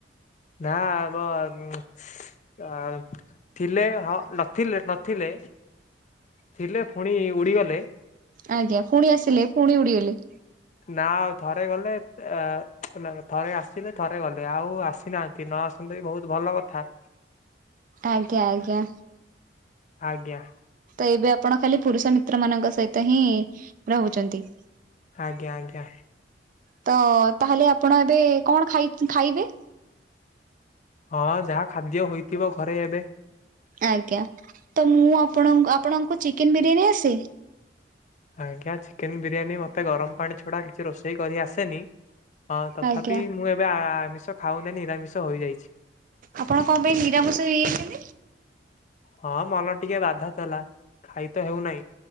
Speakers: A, on the left; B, on the right.
A: ନା ବ ଉଁ। ଆ ଥିଲେ ହଁ ନଥିଲେ ନଥିଲେ। ଥିଲେ ଫୁଣି ଉଡ଼ିଗଲେ।
B: ଆଜ୍ଞା ଫୁଣି ଆସିଲେ ଫୁଣି ଉଡିଗଲେ।
A: ନା ଆଉ ଥରେ ଗଲେ ଆ ନା ନା ଥରେ ଆସିଲେ ଥରେ ଗଲେ ଆଉ ଆସି। ଆସି ନାହାଁନ୍ତି ନ ଆସନ୍ତେ କି ବହୁତ୍ ଭଲ କଥା।
B: ଆଜ୍ଞା ଆଜ୍ଞା।
A: ଆଜ୍ଞା।
B: ତ ଏବେ ଆପଣ ଖାଲି ପୁରୁଷ ମିତ୍ର ମାନଙ୍କ ସହିତ ହିଁ ରହୁଛନ୍ତି।
A: ଆଜ୍ଞା ଆଜ୍ଞା।
B: ତ ତାହେଲେ ଆପଣ ଏବେ କଣ ଖାଇ ଖାଇବେ?
A: ହଁ ଯାହା ଖାଦ୍ୟ ହୋଇଥିବ ଘରେ ଏବେ।
B: ଆଜ୍ଞା ତ ମୁଁ ଆପଣଙ୍କ ଆପଣଙ୍କୁ ଚିକେନ ବିରିୟାନୀ ଆସେ?
A: ଆଜ୍ଞା ଚିକେନ ବିରିୟାନୀ ମୋତେ ଗରମ ପାଣି ଛଡ଼ା କିଛି ରୋଷେଇ କରି ଆସେନି। ହଁ ତଥାପି
B: ଆଜ୍ଞା
A: ମୁଁ ଏବେ ଆ ଆମିଷ ଖାଉନି ନିରାମିଷ ହୋଇଯାଇଛି‌।
B: ଆପଣ କଣ ପାଇଁ ନିରାମିଶ ହୋଇଯାଇଛନ୍ତି?
A: ହଁ ମନ ଟିକେ ବାଧା ଥେଲା। ଖାଇ ତ ହେଉନାହିଁ